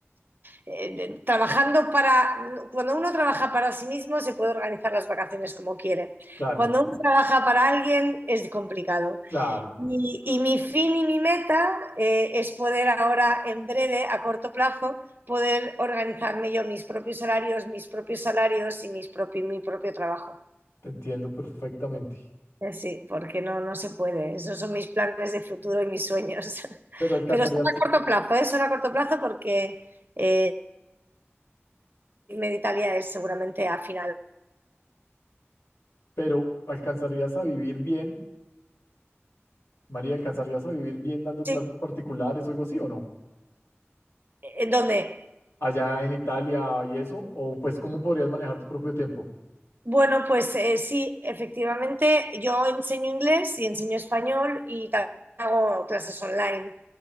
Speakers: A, on the right (about 45°); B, on the left (about 70°).
A: eh, de- trabajando para, cuando uno trabaja para sí mismo se puede organizar las vacaciones como quiere.
B: Claro,
A: Cuando uno trabaja para alguien es complicado.
B: claro,
A: Y, y mi fin y mi meta eh, es poder ahora, en breve, a corto plazo, poder organizarme yo mis propios horarios, mis propios salarios y mis propi- mi propio trabajo.
B: te entiendo perfectamente.
A: Eh, Sí, porque no, no se puede. Esos son mis planes de futuro y mis sueños. <laughs>
B: Pero alcanzarías,
A: Pero son a corto plazo, ¿eh? Son a corto plazo porque eh, irme de Italia es seguramente a final.
B: pero alcanzarías a vivir bien. María, ¿alcanzarías a vivir bien dando clases
A: Sí,
B: particulares o algo así o no?
A: eh, ¿en dónde?
B: Allá en Italia y eso, o pues cómo podrías manejar tu propio tiempo.
A: Bueno, pues eh, sí, efectivamente, yo enseño inglés y enseño español y también hago clases online.